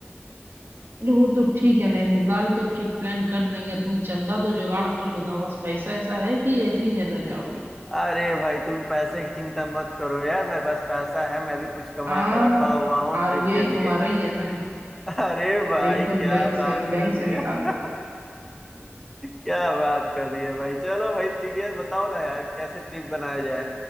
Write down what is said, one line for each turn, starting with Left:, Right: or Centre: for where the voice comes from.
Right: अरे वो तो ठीक है नैनीताल तो ट्रिप प्लान कर लेंगे तुम चंदा तो जुगाड़ कर लो ना बस पैसा ऐसा है कि ऐसे ही चला जाओगे
Centre: अरे भाई तुम पैसे की चिंता मत करो यार मेरे पास पैसा है मैं भी कुछ कमा
Right: हाँ
Centre: कर रखा हुआ हूँ
Right: आरबीआई
Centre: ट्रिप के
Right: तुम्हारा
Centre: लिए
Right: ही है ना
Centre: अरे भाई
Right: बिल्कुल
Centre: क्या
Right: बैंक से
Centre: बात
Right: बैंक
Centre: कर दी
Right: से
Centre: है
Right: निकाल
Centre: <laughs>
Right: लो
Centre: क्या बात कर दी है भाई चलो भाई ठीक है बताओ ना यार कैसे ट्रिप बनाया जाए